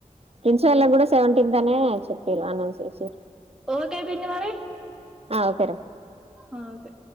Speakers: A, on the right; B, in the centre.
A: ప్రిన్స్ వాళ్ళకు గూడా సెవెంటీన్త్ అనే చెప్పిర్రు అనౌన్స్ చేసిరు
B: ఓకే పిన్ని మరి
A: ఆ ఓకే రా
B: ఆ ఓకే